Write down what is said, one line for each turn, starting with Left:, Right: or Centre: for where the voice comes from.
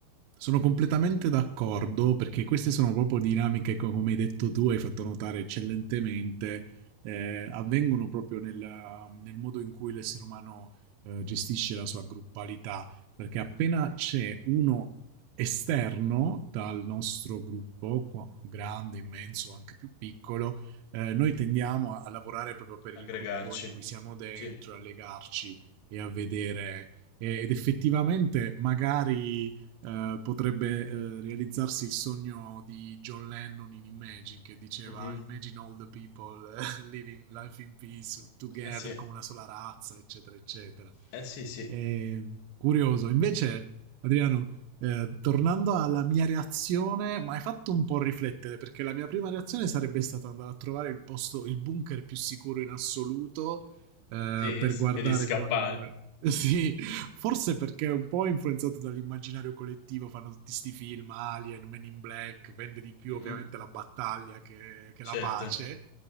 Right: sono completamente d'accordo perché queste sono proprio dinamiche, co- come hai detto tu, hai fatto notare eccellentemente, eh, avvengono proprio nel, nel modo in cui l'essere umano eh, gestisce la sua gruppalità, perché appena c'è uno esterno dal nostro gruppo, qua- grande, immenso o anche più piccolo, eh, noi tendiamo a, a lavorare proprio per
Left: aggregarci.
Right: il gruppo in cui siamo dentro,
Left: Sì.
Right: a legarci e a vedere ed effettivamente magari eh, potrebbe eh, realizzarsi il sogno di John Lennon in Imagine che diceva
Left: Mhm.
Right: Imagine all the people uh, <laughs> living life in peace together
Left: Eh sì.
Right: come una sola razza eccetera eccetera
Left: Eh sì, sì.
Right: e, curioso invece Adriano eh, tornando alla mia reazione, mi hai fatto un po' riflettere perché la mia prima reazione sarebbe stata andare a trovare il posto, il bunker più sicuro in assoluto eh,
Left: Sì,
Right: per
Left: sì,
Right: guardare
Left: quindi scappare.
Right: come vengono. <laughs> Sì, Forse perché è un po' influenzato dall'immaginario collettivo, fanno tutti questi film, Alien, Men in Black, vende di più
Left: Mm,
Right: ovviamente
Left: mm.
Right: la battaglia che, che la
Left: Certo.
Right: pace,